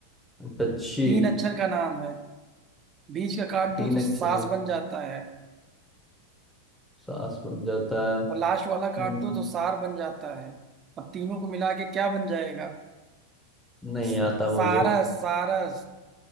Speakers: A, in the centre; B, on the right.
A: अच्छी
B: तीन अक्षर का नाम है बीच का काट दो
A: तीन
B: तो सास
A: अक्षर में
B: बन जाता है
A: सास बन जाता है
B: और लास्ट वाला
A: हम्म,
B: काट दो तो सार बन जाता है अब तीनों को मिला के क्या बन जाएगा
A: नहीं
B: स-
A: आता मुझे
B: सारस सारस